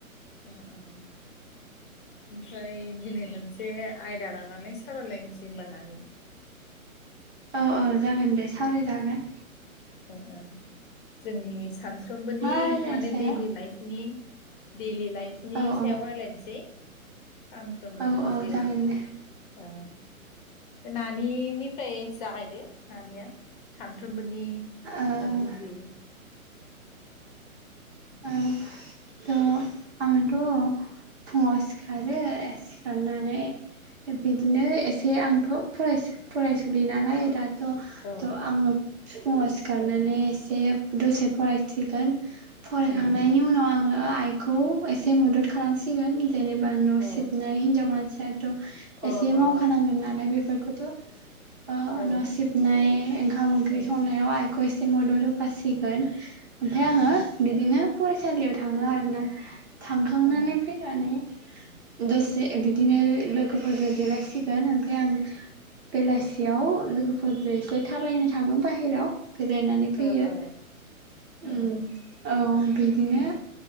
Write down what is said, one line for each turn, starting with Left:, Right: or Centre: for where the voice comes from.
Left: ओ ओम ओमफ्राय दिनै मोनसे आयदा लानानै सावरायलायनोसै होनबा नानि।
Right: औ औ जागोन दे सावरायजागोन।
Left: ओ ओ जोंनि सानफ्रोमबोनि
Right: मा आयदानि
Left: माने
Right: सायाव
Left: दैलि लाइफनि देलि लाइफनि
Right: औ औ
Left: सायाव रायलायनसै सानफ्रोमबोनि
Right: औ औ
Left: जिउ
Right: जागोन दे
Left: ओ नानिनिफ्राय जागाय दे नानिया सानफ्रोबोनि नि
Right: ओ
Left: नोंनि जि
Right: ओ आंथ' फुङाव सिखारो सिखारनानै बिदिनो एसे आंथ' फरायसा फरायसुलि नालाय दा थ'
Left: औ
Right: थ' आङो फुुंयाव सिखारनानै एसे दसे फरायसिगोन फरायखांनायनि
Left: उम
Right: उनाव आङो आइ खौ एसे मदद खालामसिगोन। जेनेबा न'
Left: औ
Right: सिबनाय हिनजाव मानसि एसे
Left: औ
Right: मावखानांगोन नालाय बे फोरखौथ' बा
Left: औ
Right: न' सिबनाय ओंखाम ओंख्रि संनायाव आइखौ एसे मदद होफासिगोन। ओमफाय आङो
Left: औ
Right: बिदिनो फरायसालियाव थाङो आरोना थांखांनानै
Left: ओ
Right: फैनानै दसे बिदिनो लोगोफोरजों जिरायसिगोन ओमफाय आं बेलासियाव लोगोफोरजों एसे थाबायनो थाङो बाहेराव बेरायनानै फैयो
Left: ओ
Right: उम
Left: औ
Right: औ। बिदिनो